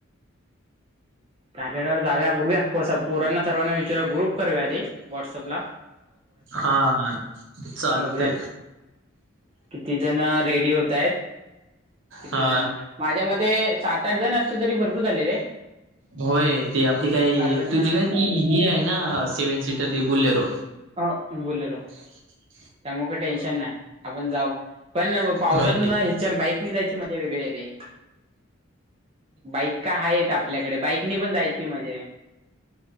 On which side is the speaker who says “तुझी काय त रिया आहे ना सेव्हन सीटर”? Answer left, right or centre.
Right